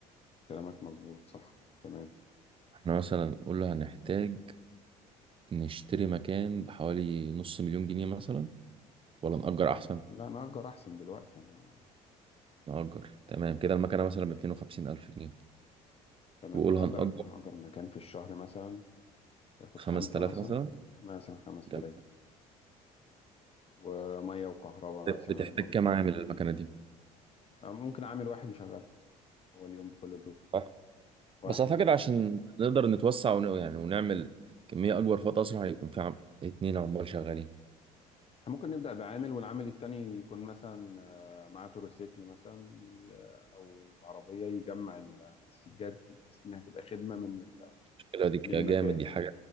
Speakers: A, on the left (about 35°); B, on the right (about 30°).
A: كلامك مظبوط صح تمام
B: احنا مثلا قلنا هنحتاج نشتري مكان بحوالي نص مليون جنيه مثلا ولا نأجر
A: أحلى.
B: أحسن؟
A: لا انا اجر احسن دلوقتي انا
B: نأجر تمام كده المكنة مثلا ب 250 ألف جنيه
A: تمام
B: وقول
A: هتأجر
B: هنأجر
A: هأجر مكان في الشهر مثلا هياخد
B: 5000
A: خمسة مثلا
B: مثلا
A: مثلا خمسة
B: جميل.
A: آلاف ومية وكهرباء مثلا
B: بتحتاج
A: برضه
B: كام عامل المكنة دي
A: أه، ممكن عامل واحد يشغلها هو اليوم بكل الدور
B: صح
A: واحد
B: بس أعتقد
A: بس
B: عشان نقدر نتوسع ون... يعني ونعمل كمية أكبر في وقت أسرع هيكون في عم... اتنين عمال شغالين
A: احنا ممكن نبدأ بعامل والعامل التاني يكون مثلا آه، معاه تروسيكل مثلا ي- أو عربية يجمع ال- السجاد بحيث إنها تبقى خدمة من ال-
B: المشكلة دي كده
A: من المكان
B: جامد دي حاجة